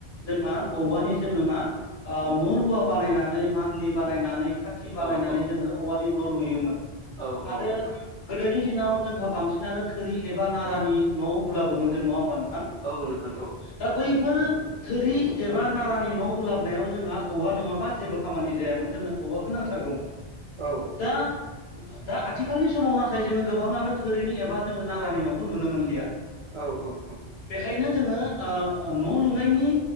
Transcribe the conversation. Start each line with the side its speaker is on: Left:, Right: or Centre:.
Left: जोंहा औवानि जोङो मा न' रुवा बानायनानै मान्लि बानायनानै खाथि बानायनानै
Right: औ
Left: जोङो औवानि न' लुयोमोन।
Right: औ औ
Left: आरो
Right: नोंथां
Left: गोदोनि दिनाव जोंहा बांसिनानो थोरि एबा नारानि न' उलाबोमोन जों नङा होमबा हां
Right: औ नोंथां औ
Left: दा बैफोर थोरि एबा नारानि न' उलाबनायाव जोंहा औवा नङाबा जेबो खामानि जायामोन जोंनो औवाखौ नांथारगौमोन।
Right: औ
Left: दा दा आथिखालनि समाव नाथाय जोङो गोबाङानो धोरिनि एबा जोङो नारानि न'खौ नुनो मोनलिया।
Right: औ औ औ।
Left: बेखायनो ओ जोङो न' लुनायनि